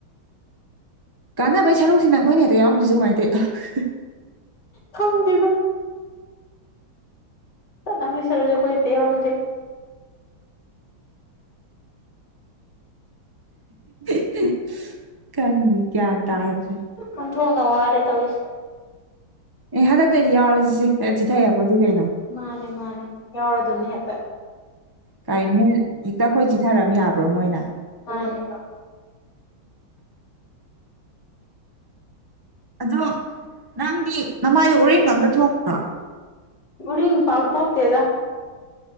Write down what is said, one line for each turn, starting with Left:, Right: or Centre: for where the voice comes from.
Right: ꯀꯥꯟꯅꯕꯩ ꯁꯔꯨꯛꯁꯤꯅ ꯈꯣꯏꯅ ꯍꯦꯛꯇ ꯌꯥꯎꯔꯝꯗ꯭ꯔꯤꯁ‌ꯦ ꯀꯃꯥꯏ ꯇꯧꯏꯅꯣ
Left: ꯈꯪꯗ‌ꯦꯗ <unintelligible> ꯁꯨꯔꯁꯨ ꯈꯣꯏ ꯍ‌ꯦꯛꯇ ꯌꯥꯎꯔꯝꯗꯦ
Right: <inaudible> <inaudible> ꯈ‌ꯪꯗ‌ꯦ ꯒ꯭ꯌꯥꯟ ꯇꯥꯗ꯭ꯔꯦ
Left: ꯑꯣꯟꯊ‌ꯣꯛꯅ ꯋꯥꯔꯦ ꯇꯧꯋꯤꯁ
Right: ꯑꯦ ꯍꯟꯗꯛꯇꯩꯗꯤ ꯌꯥꯎꯔꯁꯤꯁꯦ ꯑ ꯆꯤꯊ ꯌꯥꯄ‌‌ꯣꯠꯇ‌ꯦ ꯀꯩꯅꯣ
Left: ꯃꯥꯅꯦ ꯃꯥꯅꯦ ꯌꯥꯎꯔꯗꯨꯝꯅ‌ꯦ ꯍ‌ꯦꯛꯇ
Right: ꯀꯥꯏꯅꯣ ꯃꯣꯏ ꯍꯦꯛꯇ ꯑꯈꯣꯏ ꯆꯤꯊꯔꯝ ꯌꯥꯕ꯭ꯔꯣ ꯃꯣꯏꯅ
Left: ꯃꯥꯅ‌ꯦ
Right: ꯑꯗꯣ ꯅꯪꯗꯤ ꯅꯃꯥꯏ ꯎꯔꯤꯡꯒ ꯑꯝꯇ ꯊꯣꯛꯇ꯭ꯔꯣ
Left: ꯎꯔꯤꯡ ꯄꯥꯛ ꯊ‌ꯣꯛꯇꯦꯗ